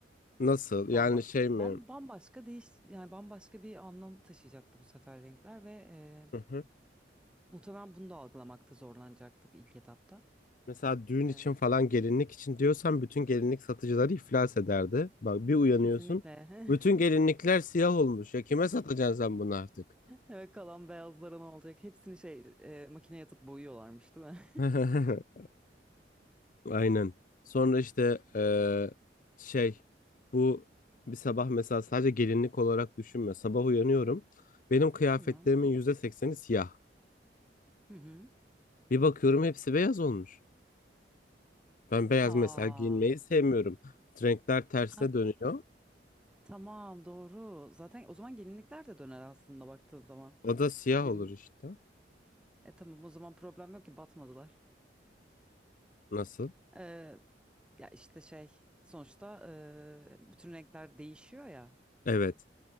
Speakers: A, on the left; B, in the centre.
A: Nasıl? Yani
B: Bambaşka,
A: şey
B: bam,
A: mi?
B: bambaşka değiş yani bambaşka bir anlam taşıyacaktı bu sefer renkler ve e,
A: Hı hı.
B: muhtemelen bunu da algılamakta zorlanacaktık ilk etapta.
A: Mesela düğün
B: E,
A: için falan gelinlik için diyorsan bütün gelinlik satıcıları iflas ederdi. Bak bir uyanıyorsun.
B: kesinlikle.
A: Bütün
B: <laughs>
A: gelinlikler siyah olmuş. Ya kime satacaksın sen bunu artık?
B: Evet kalan beyazlara ne olacak? Hepsini şey e, makineye atıp boyuyorlarmış değil mi?
A: <laughs> Aynen. Sonra işte eee, şey bu bir sabah mesela sadece gelinlik olarak düşünme. Sabah uyanıyorum. Benim
B: <laughs>
A: kıyafetlerimin
B: Tamam.
A: yüzde sekseni siyah.
B: Hı hı.
A: Bir bakıyorum hepsi beyaz olmuş. Ben beyaz
B: Aa,
A: mesela giyinmeyi sevmiyorum. Renkler tersine
B: ha,
A: dönüyor.
B: tamam doğru. Zaten o zaman gelinlikler de döner aslında baktığın zaman.
A: O da siyah
B: Gelin,
A: olur işte.
B: e tamam o zaman problem yok ki batmadılar.
A: Nasıl?
B: Ee, ya işte şey sonuçta e, bütün renkler değişiyor ya.
A: Evet.